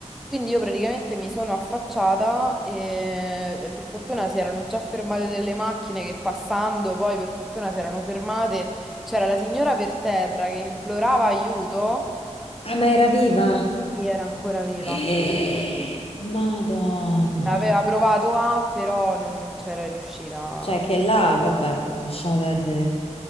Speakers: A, in the centre; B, on the left.
A: Quindi io praticamente mi sono affacciata e per fortuna si erano già fermate delle macchine che passando poi per fortuna si erano fermate. C'era la signora per terra che implorava aiuto
B: Ah, ma era viva?
A: e era ancora viva.
B: Eh, Madonna.
A: Aveva provato a, però non non c'era riuscita.
B: Cioè che là, vabbè, lasciamo perdere.